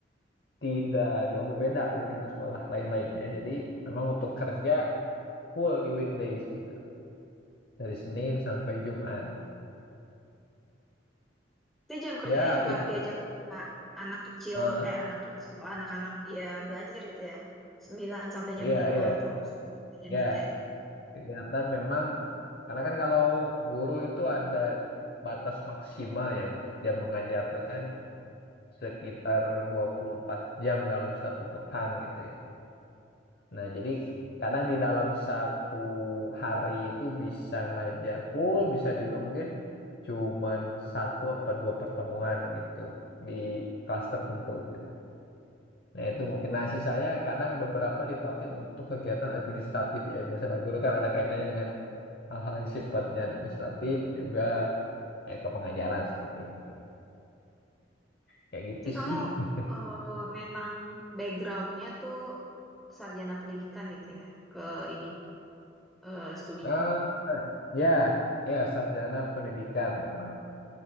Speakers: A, on the left; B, in the centre.
A: tidak jauh berbeda jadi dengan sekolah lain-lainnya. Jadi memang untuk kerja full di weekdays gitu, dari Senin sampai Jumat.
B: itu jam kerjanya
A: Ya aktivitas,
B: juga ya jam kerja anak kecil
A: eh,
B: eh anak kecil anak-anak ya belajar gitu ya sembilan sampai jam
A: iya
B: lima
A: iya,
B: atau sampai jam
A: ya
B: tiga gitu.
A: Kegiatan memang, karena kan kalau guru itu ada batas maksimal ya untuk jam mengajar tuh kan sekitar dua puluh empat jam dalam satu pekan gitu ya. Nah, jadi kadang di dalam satu hari itu bisa ngajar full, bisa juga mungkin cuman satu apa dua pertemuan gitu di kelas tertentu gitu. Nah, itu mungkin. nasi saya kadang beberapa dipakai untuk kegiatan administratif ya. Biasalah guru kan ada kaitannya dengan hal-hal yang sifatnya administratif juga kayak ke pengajaran seperti itu kayak gitu
B: Jadi kamu
A: sih <laughs>
B: eh, memang backgroundnya tuh sarjana pendidikan gitu ya ke ini eh, studinya.
A: Ah, ya ya sarjana pendidikan memang